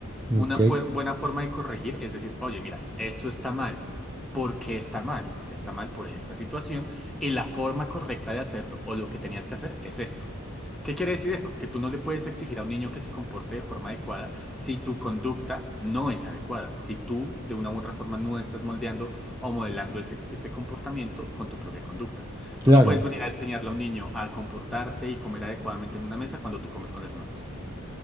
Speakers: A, on the right; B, in the centre.
A: ujú,
B: Una
A: ok,
B: fue- buena forma de corregir es decir, oye, mira, esto está mal. ¿Por qué está mal? Está mal por esta situación y la forma correcta de hacerlo o lo que tenías que hacer es esto. ¿Qué quiere decir eso? Que tú no le puedes exigir a un niño que se comporte de forma adecuada si tu conducta no es adecuada, si tú de una u otra forma no estás moldeando o modelando ese, ese comportamiento con tu propia conducta.
A: claro.
B: Tú no puedes venir a enseñarle a un niño a comportarse y comer adecuadamente en una mesa cuando tú comes con las manos.